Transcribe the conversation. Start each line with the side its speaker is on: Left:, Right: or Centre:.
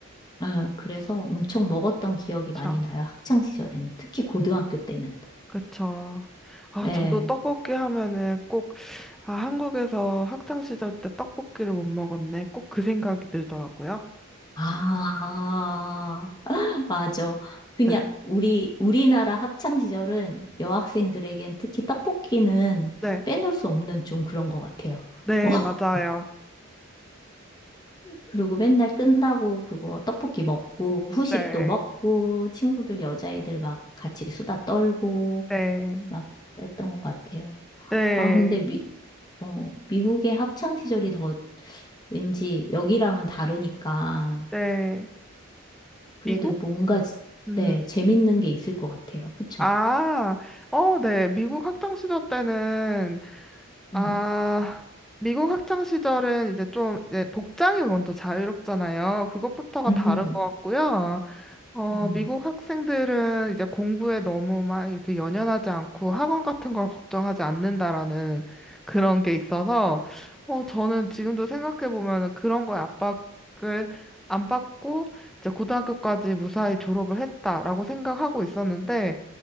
Left: 아, 그래서 엄청 먹었던 기억이
Centre: 그쵸.
Left: 많이 나요. 학창 시절에는. 특히 고등학교 때는.
Centre: 그쵸. 아,
Left: 예.
Centre: 저도 떡볶이 하면은 꼭, 아, 한국에서 학창 시절 때 떡볶이를 못 먹었네. 꼭 그 생각이 들더라고요.
Left: 아, <laughs> 맞아. 그냥
Centre: 네.
Left: 우리, 우리나라 학창 시절은 여학생들에겐 특히 떡볶이는
Centre: 네.
Left: 빼놓을 수 없는 좀 그런 것 같아요.
Centre: 네,
Left: <laughs>
Centre: 맞아요.
Left: 그리고 맨날 끝나고 그거 떡볶이 먹고 후식도
Centre: 네.
Left: 먹고 친구들 여자애들 막 같이 수다 떨고
Centre: 네.
Left: 막 그랬던 것 같아요.
Centre: 네.
Left: 아, 근데 미, 어, 미국의 학창 시절이 더 왠지 여기랑은 다르니까
Centre: 네.
Left: 그래도
Centre: 미국?
Left: 뭔가 지-
Centre: 음.
Left: 네, 재밌는 게 있을 것 같아요. 그쵸?
Centre: 아, 어, 네. 미국 학창 시절 때는, 아,
Left: 음,
Centre: 미국 학창 시절은 이제 좀, 이제 복장이 먼저 자유롭잖아요. 그것부터가
Left: 음,
Centre: 다른 것 같고요. 어,
Left: 음,
Centre: 미국 학생들은 이제 공부에 너무 막 이렇게 연연하지 않고 학원 같은 걸 걱정하지 않는다라는 그런 게 있어서, 어, 저는 지금도 생각해보면 그런 거에 압박을 안 받고 이제 고등학교까지 무사히 졸업을 했다라고 생각하고 있었는데,